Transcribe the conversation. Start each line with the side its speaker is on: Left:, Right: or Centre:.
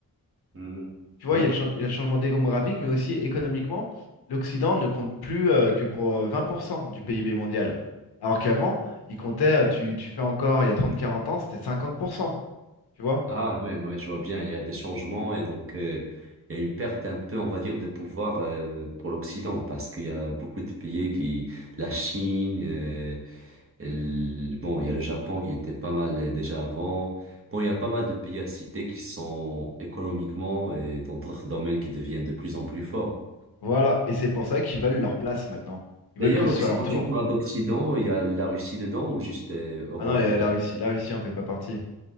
Right: Mhm.
Left: Tu vois,
Right: Ouais.
Left: il y a le, cha- il y a le changement démographique, mais aussi économiquement, l'Occident ne compte plus euh, que pour euh, 20% du PIB mondial. Alors qu'avant, il comptait, euh, tu, tu fais encore, il y a trente, quarante ans, c'était 50%. tu vois?
Right: Ah ouais, ouais, je vois bien, il y a des changements et donc euh, il y a une perte un peu, on va dire, de pouvoir euh, pour l'Occident parce qu'il y a beaucoup de pays qui, la Chine, euh, le- bon, il y a le Japon qui était pas mal euh, déjà avant. Bon, il y a pas mal de pays à citer qui sont économiquement et dans d'autres domaines qui deviennent de plus en plus forts.
Left: Voilà, et c'est pour ça qu'ils veulent leur place maintenant. Ils
Right: D'ailleurs,
Left: veulent que ce
Right: l'Occ-
Left: soit leur
Right: quand
Left: tour.
Right: tu parles d'Occident, il y a la Russie dedans ou juste euh, Europe,
Left: Ah non, la
Right: peut
Left: la Russie, la Russie en fait pas partie.